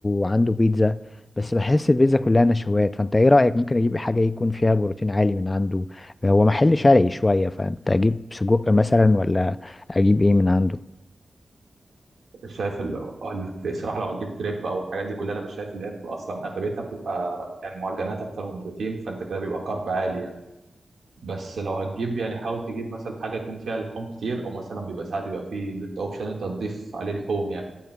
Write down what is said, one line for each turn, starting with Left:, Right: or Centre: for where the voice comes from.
Left: عنده بيتزا بس بحس البيتزا كلها نشويات فانت ايه رايك ممكن اجيب حاجه يكون فيها بروتين عالي من عنده هو محل شرقي شويه فانت اجيب سجق مثلا ولا اجيب ايه من عنده
Right: شايف ال- آه، ال- الصراحه لو هتجيب كريب او الحاجات دي كلها انا بشايف اللي هي بتبقى اصلا اغلبيتها بتبقى يعني معجنات اكتر من بروتين فانت كده بيبقى كارب عالي يعني بس لو هتجيب يعني حاول تجيب مثلا حاجه يكون فيها لحوم كتير او مثلا بيبقى ساعات بيبقى فيه اللي انت اوبشن انت تضيف عليه لحوم يعني